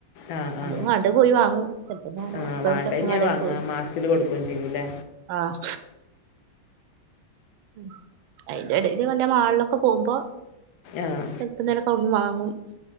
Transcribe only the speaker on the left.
ആ
ആ
വേണ്ടത്
ഇങ്ങനെ
വാങ്ങുക
മാസത്തിൽ കൊടുക്കുകയും ചെയ്യും അല്ലേ
ആഹ്